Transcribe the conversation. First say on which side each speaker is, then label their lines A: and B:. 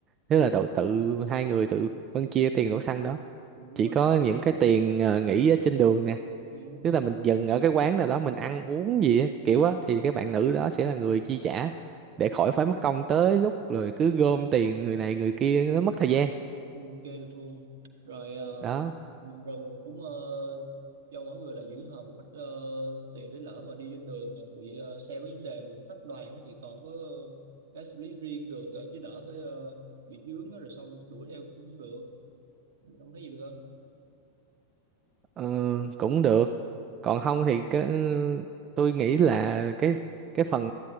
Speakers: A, on the right; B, on the right.
A: tức là đổ tự hai người tự phân chia tiền đổ xăng đó
B: ừ, đúng
A: chỉ
B: rồi
A: có
B: đủ
A: những cái tiền ờ, nghỉ ở trên đường nè
B: ừ, đúng rồi
A: tức là mình dừng ở cái quán nào đó mình ăn uống gì á, kiểu á thì cái bạn nữ đó sẽ là người chi trả để khỏi phải mất công tới lúc rồi cứ gom tiền người này người kia nó mất thời gian
B: Ừ, chơi được luôn rồi ờ,
A: đó
B: ừ, rồi mình cũng ờ, cho mỗi người là giữ hờ một ít ờ, tiền để lỡ mà đi trên đường mà bị ờ, xe có vấn đề mà bị tách đoàn á thì còn có ờ, cái xử lý riêng được ờ, chứ đỡ phải ờ, bị dướng á, rồi xong đuổi theo cũng không được không thấy gì được không
A: Ờ, cũng được còn không thì cái tôi nghĩ là cái cái phần